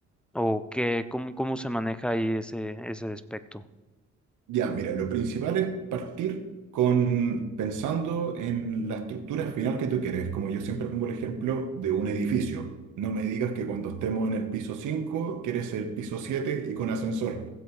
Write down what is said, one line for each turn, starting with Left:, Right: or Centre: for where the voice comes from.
Centre: o qué, cómo, cómo se maneja ahí ese, ese aspecto.
Right: Ya, mira, lo principal es partir con pensando en la estructura final que tú quieres. Como yo siempre pongo el ejemplo de un edificio. No me digas que cuando estemos en el piso 5 quieres el piso 7 y con ascensor.